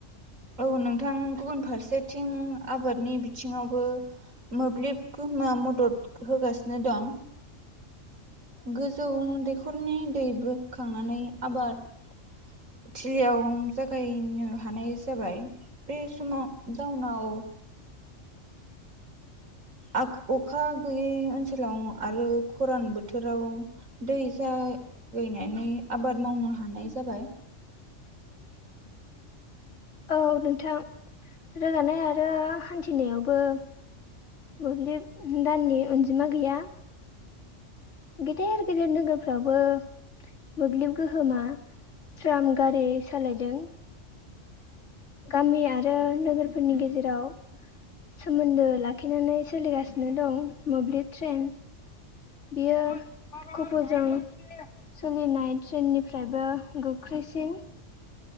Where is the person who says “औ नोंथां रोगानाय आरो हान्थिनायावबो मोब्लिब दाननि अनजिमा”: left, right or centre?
Left